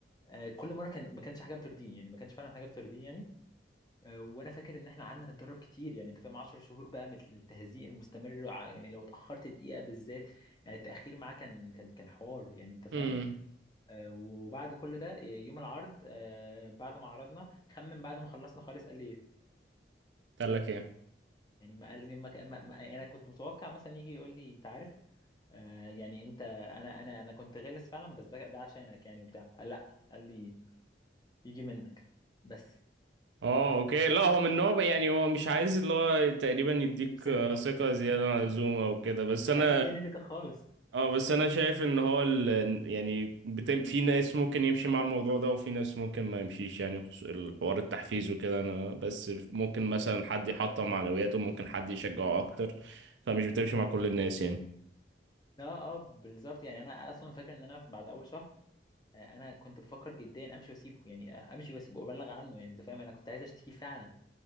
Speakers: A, on the left; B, on the right.
A: آه، كل مره كان ما كانش حاجه بترضيه يعني ما كانش فعلا حاجه بترضيه يعني آه، وانا فاكر ان احنا قعدنا نتدرب كتير يعني انت فاهم 10 شهور بقى من التهزيق المستمر ع- يعني لو اتاخرت دقيقه بالذات يعني التاخير معاه كان كان كان حوار يعني انت فاهم
B: هم
A: آه، وبعد كل ده آه، يوم العرض آه، بعد ما عرضنا خمن بعد ما خلصنا خالص قال لي ايه
B: قال لك ايه
A: يعني ما قال ما ما ما يعني انا كنت متوقع مثلا يجي يقول لي انت عارف آه، يعني انت انا انا انا كنت غلس فعلا بس ده ده عشانك يعني وبتاع قال لا قال لي يجي منك بس
B: اه اوكي لا هو من نوع بقى- يعني هو مش عايز اللي هو تقريبا يديك
A: يبسطني
B: آه،
A: اه
B: ثقة زيادة عن اللزوم او كده بس انا
A: مش عايز يديني فكره خالص
B: اه بس انا شايف ان هو ال... يعني بتم... في ناس ممكن يمشي مع الموضوع ده وفي ناس ممكن ما يمشيش يعني خصو- الحوار التحفيز وكده انا بس ممكن مثلا حد يحطم معنوياته ممكن حد يشجعه اكتر فمش بتمشي مع كل الناس يعني
A: اه اه بالظبط يعني انا اصلا فاكر ان انا بعد اول شهر آه، انا كنت بفكر جديا امشي واسيبه يعني آه، امشي واسيبه وابلغ عنه يعني انت فاهم انا كنت عايز اشتكيه فعلا